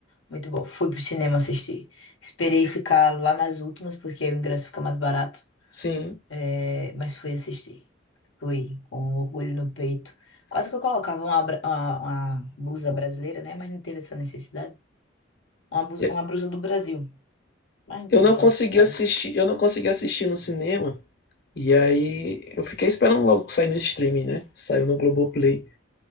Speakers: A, on the left (about 80°); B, on the left (about 55°).
A: Muito bom. Fui pro cinema assistir. Esperei ficar lá nas últimas, porque aí o ingresso fica mais barato.
B: Sim.
A: É, mas fui assistir. Fui com um orgulho no peito. Quase que eu colocava uma, bra- uma, uma blusa brasileira, né? Mas não teve essa necessidade. Uma, blusa-
B: Eu,
A: uma blusa do Brasil. Mas não
B: eu
A: teve
B: não
A: essa
B: consegui
A: necessidade.
B: assistir, eu não consegui assistir no cinema. E aí eu fiquei esperando logo sair no streaming, né? Saiu no Globoplay.